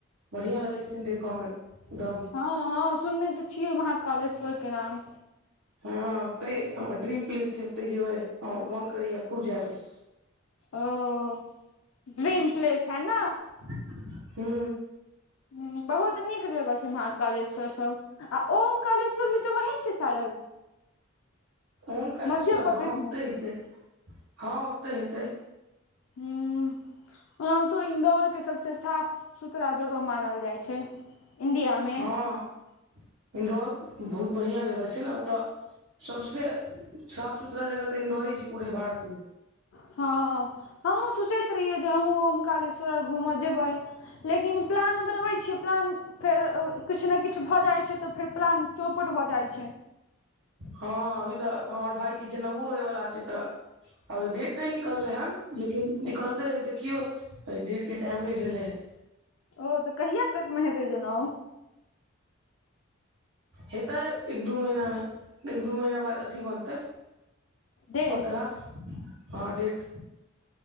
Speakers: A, on the right; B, on the left.
A: बड़ियाँ लगैत छथिन देख में एकदम।
B: हऽ हऽ सुनने तऽ छियै महाकालेश्वर केँ नाम।
A: हँ ओते हमर ड्रीम प्लेस छै ओते जेबै हमर मोन करैय खूब जाय केँ
B: ओ <inaudible> ड्रीम प्लेस है न
A: <unintelligible> हू
B: हु बहुत नीक जगह छै महकालेश्वर सब। आ ओम कालेश्वर भी तऽ वही छै शायद।
A: ओंकारेश्वर
B: मध्य प्रदेश
A: हऽ
B: मे
A: ओते हेतै हऽ ओते हेतै।
B: हुँ ओनाहुतो इन्दौर के सबसे साफ। सुथरा जगह मानल जाइ छै। इंडिया मे
A: हँ इन्दौर बहुत बढ़ियाँ जगह छै ने ओतय। सबसे साफ सुथरा जगह तऽ इन्दौरे छै पूरे भारत मे।
B: हँ हमहुँ सोचैत रहियै जे हमहूँ ओमकालेश्वर आर घूम जेबै। लेकिन प्लान बनबै छियै प्लान। फेर किछु ने किछु भऽ जाइ छै तऽ फेर प्लान चौपट भऽ जाइत छै।
A: हँ अभी तऽ हमर भाय के जनेउओ होयवला छै तऽ। अभी डेट नय निकललै हन लेकिन निकलतै अभी देखियौ। ओहि डेटके टाइम नय भेलै हँ।
B: ओ तऽ कहिया तक मे हेतै जनउ।
A: हेतै एक दू महीना मे एक दू महीना बाद अथी बनतै।
B: डेट
A: पतरा हँ डेट।